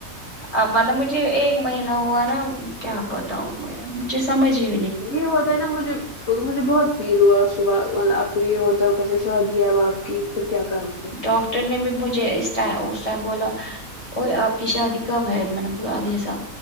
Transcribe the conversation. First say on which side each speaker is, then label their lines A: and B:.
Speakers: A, on the left (about 25°); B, on the left (about 70°).
A: اب مطلب مجھے ایک مہینہ ہوا نا کیا بتاؤں میں مجھے سمجھ ہوئی
B: یہ ہوتاائے نا مجھے مجھے بہت فیل ہوا صبح آپ کو یہ ہوتا ہے پیسے شادی ہے اب آپ کی پھر کیا کرو گی آپ
A: ڈاکٹر نے بھی مجھے اس اس ٹائم بولا ا آپ کی شادی کب ہے میں نے بولا اگلے سال